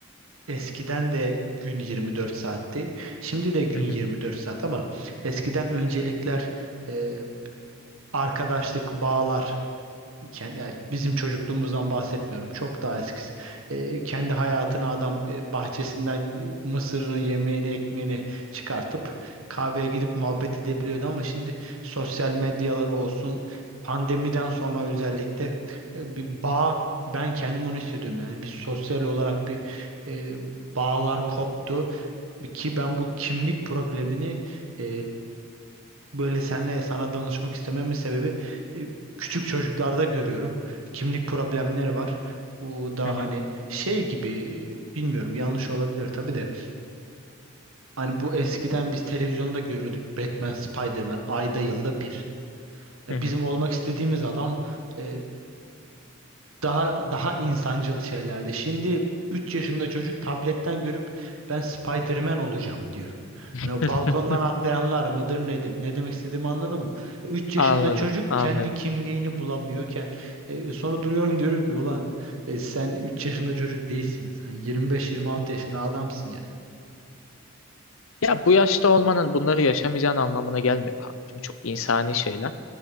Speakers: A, on the right; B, on the left.
A: Eskiden de gün 24 saatti. Şimdi de gün
B: hı hı,
A: 24 saat ama eskiden öncelikler, e, arkadaşlık, bağlar iken yani bizim çocukluğumuzdan bahsetmiyorum. Çok daha eskisi. E, kendi hayatını adam e, bahçesinden e, mısırını, yemeğini, ekmeğini çıkartıp kahveye gidip muhabbet edebiliyordu ama şimdi sosyal medyalar olsun pandemiden sonra özellikle e, bir bağ ben kendim onu hissediyorum yani bir sosyal olarak bir e, bağlar koptu ki ben bu kimlik problemini e, böyle senle sana danışmak istememin sebebi e, küçük çocuklarda görüyorum. Kimlik problemleri var. Bu da
B: hı hı,
A: hani şey gibi e, bilmiyorum yanlış olabilir tabii de. Hani bu eskiden biz televizyonda görürdük Batman, Spider-Man ayda yılda bir. E,
B: hı hı.
A: Bizim olmak istediğimiz adam e, daha daha insancıl şeylerdi. Şimdi 3 yaşında çocuk tabletten görüp ben Spider-Man olacağım diyor. Hani
B: <laughs>
A: o balkondan atlayanlar mıdır nedir? Ne demek istediğimi anladın mı? E, Üç
B: Anladım,
A: yaşında çocuk
B: anladım.
A: kendi kimliğini bulamıyorken e, sonra duruyorum <laughs> diyorum ki ulan e, sen 3 yaşında çocuk değilsin. ya. Sen yirmi 26 yaşında adamsın yani.
B: Ya bu yaşta olmanın bunları yaşamayacağın anlamına gelmiyor kanka. Çünkü çok insani şeyler.